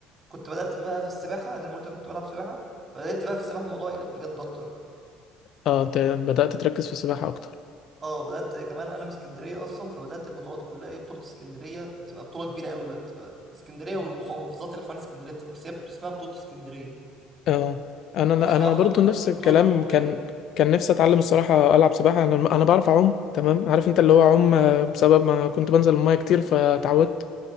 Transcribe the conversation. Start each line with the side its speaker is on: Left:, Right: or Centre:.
Right: كنت بدأت بقى في السباحة زي ما قلت لك كنت بلعب سباحة بدأت بقى في السباحة الموضوع يقلب بجد أكتر بقى
Left: اه ت- بدأت تركز في السباحة اكتر
Right: أه بدأت كمان أنا من اسكندرية أصلا فبدأت البطولات كلها إيه بطولة اسكندرية بتبقى بطولة كبيرة قوي بقى بتبقى اسكندرية والمحافظات اللي حوالين اسكندرية بتبقى بس هي اسمها بطولة اسكندرية
Left: اه انا
Right: وبعد
Left: انا
Right: كده واحدة
Left: برضو
Right: واحدة بقى
Left: نفس
Right: في
Left: الكلام
Right: بطولات جمهورية
Left: كان كان نفسي اتعلم الصراحة العب سباحة انا انا بعرف اعوم تمام عارف انت اللي هو اعوم آه، بسبب ما كنت بنزل المية كتير فتعودت